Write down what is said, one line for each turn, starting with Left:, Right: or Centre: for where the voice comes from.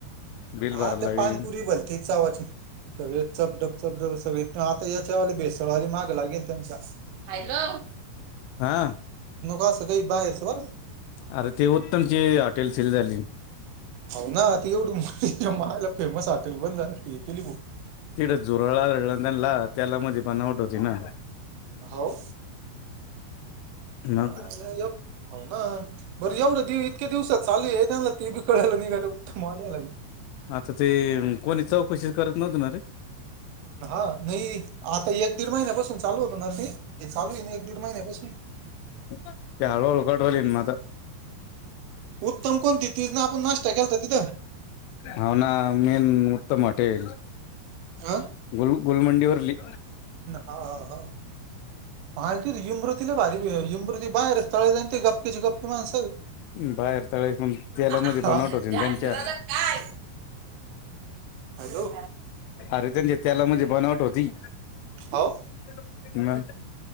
Left: बिल
Right: हा
Left: भरायला
Right: ते
Left: लावीन
Right: पाणीपुरी भलती चवाची सगळे चब डब चब ढप सगळे आता याच्यावाली बेस्ट <unintelligible> माग लागेल त्यांचा, हॅलो
Left: हा
Right: <unintelligible> असं काही बाहेर च बरं
Left: अरे ते उत्तमची हॉटेल सील झाली.
Right: हाव ना, ती एवढी चा मायला फेमस हॉटेल बंद झाली <unintelligible>
Left: तिथं झुरळ आढळल त्यांना, तेलामध्ये बनावट होती ना
Right: हाव. मायला
Left: मग
Right: यो हाव ना बरं एवढ देव इतक्या दिवसात चालू <unintelligible> ते बी कळलं नाही त्यांना <unintelligible>
Left: आता ते कोणी चौकशीच करत नव्हत ना ते
Right: हा नाही आता एक दीड महिन्यापासून चालू होत ना ते ते चालू आहे नाही एक दीड महिन्यापासून <unintelligible>
Left: त्या हळु हळु काढू <unintelligible> मग आता
Right: उत्तम कोणती तेच ना आपण नाश्ता केलता तिथं
Left: हाव ना मेन उत्तम हॉटेल
Right: अह.
Left: गुल गुलमंडीवरली
Right: हा, हा मा त इमृतीला भारी इमृती बाहेर तळे जाय त ते गप्पेची गप्पी मास
Left: बाहेर तळे पण तेलामध्ये
Right: हा,
Left: बनावट होती ना
Right: <unintelligible>
Left: त्यांच्या
Right: काय हॅलो!
Left: अरे, त्यांच्या तेला मध्ये बनावट होती.
Right: हाव.
Left: <inaudible>